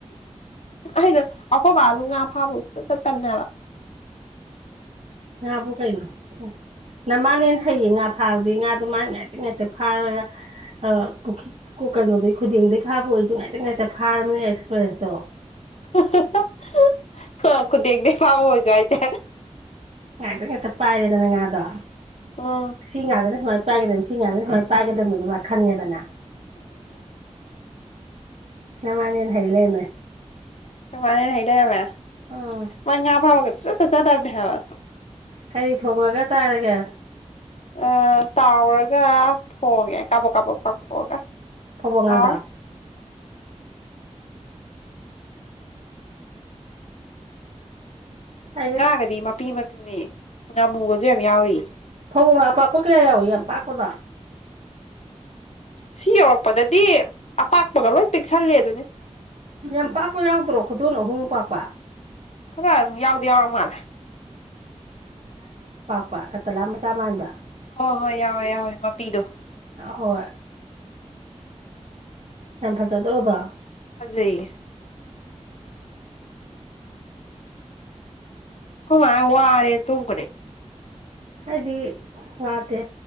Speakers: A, on the left; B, on the right.
A: ꯑꯩꯅ ꯑꯩꯈꯣꯏ ꯕꯥꯂꯨ ꯉꯥ ꯐꯥꯕ ꯆꯠꯇꯕꯅꯦꯕ
B: ꯑꯕꯨ ꯀꯩꯅ ꯅꯃꯅꯦꯅ ꯍꯩꯌꯦ ꯉꯥ ꯐꯥꯕꯗꯤ ꯉꯥꯗꯣ ꯃꯥ ꯉꯥꯏꯇ ꯉꯥꯏꯇ ꯐꯥꯔꯒ ꯄꯨꯈꯈꯤ ꯀꯣ ꯀꯩꯅꯣꯗꯒꯤꯩ ꯈꯨꯗꯤꯡꯗꯒꯤꯩ ꯐꯥꯕ ꯑꯣꯏꯁꯨ ꯉꯥꯏꯇ ꯉꯥꯏꯇ ꯐꯥꯔꯕꯃꯤꯅꯦ ꯑꯦꯛꯁꯄꯤꯔꯤꯟꯁꯇꯣ
A: <unintelligible> ꯈꯨꯗꯦꯡꯗꯩ ꯐꯥꯕ ꯑꫭꯏꯖꯨ ꯍꯥꯏꯖꯦ
B: ꯉꯥꯏꯥꯛꯇ ꯉꯥꯛꯇ ꯄꯥꯏꯔꯦꯗꯅ ꯉꯥꯗꯣ
A: ꯎꯝ
B: ꯁꯤ ꯉꯥꯗꯅ ꯁꯨꯃꯥꯏꯅ ꯄꯥꯏꯒꯗꯕ ꯁꯤ ꯉꯥꯗꯅ ꯁꯨꯃꯥꯏꯅ ꯄꯥꯏꯗ ꯈꯪꯉꯦꯗꯅ ꯃꯥꯅꯦꯅ ꯍꯩ ꯂꯩ
A: ꯃꯥꯅꯦ ꯍꯥꯏꯗ ꯌꯥꯕ
B: ꯎꯝ
A: ꯃꯥ ꯉ ꯐꯕꯒꯁꯨ ꯕꯅ ꯍꯥꯏꯕ
B: ꯀꯔꯤ ꯊꯣꯡꯉꯒ ꯆꯥꯔꯒꯦ
A: ꯑ ꯇꯥꯎꯔꯒ ꯊꯣꯡꯉꯦ ꯀꯥꯄꯣꯛ ꯀꯥꯕꯣꯛ ꯇꯛꯊꯣꯛꯑꯒ
B: ꯐꯕꯣ ꯉꯥꯗꯣ
A: ꯑ
B: ꯑꯩꯗꯤ
A: ꯉꯥꯒꯗꯤ ꯃꯄꯤ ꯃꯄꯤꯅꯦ ꯉꯥꯃꯨꯒꯁꯨ ꯌꯥꯝ ꯌꯥꯎꯔꯤ
B: ꯊꯧꯕꯣꯡ ꯑꯥꯄꯥꯛꯄ ꯀꯌꯥ ꯌꯥꯎꯏꯤ ꯌꯥꯝ ꯄꯥꯛꯄꯗ
A: ꯁꯤ ꯌꯧꯔꯛꯄꯗꯗꯤ ꯑꯄꯥꯛꯄꯒ ꯂꯣꯏꯑꯣ ꯄꯤꯛꯁꯜꯂ ꯑꯗꯨꯅꯤ
B: ꯌꯥꯝ ꯄꯥꯛꯄ ꯌꯥꯎꯗ꯭ꯔꯣ ꯈꯨꯗꯣꯟ ꯑꯍꯨꯝ ꯄꯥꯛꯄ
A: ꯐꯔ ꯑꯗꯨ ꯌꯥꯎꯗꯤ ꯌꯥꯎꯔ ꯃꯥꯜꯂꯦ
B: ꯀ ꯀꯠꯇꯂꯥ ꯃꯆꯥ ꯃꯥꯟꯕ
A: ꯍꯣꯏ ꯍꯣꯏ ꯌꯥꯎꯋꯦ ꯌꯥꯎꯋꯦ ꯃꯄꯤꯗꯣ
B: ꯍꯣꯏ ꯍ ꯐ ꯆ ꯇꯔꯣꯗ
A: ꯐꯖꯩꯌꯦ ꯀꯃꯥꯏ ꯋꯥꯔꯦꯅ ꯇꯣꯡꯕꯅꯦ
B: ꯍꯥꯏꯗꯤ ꯋꯥꯗꯦ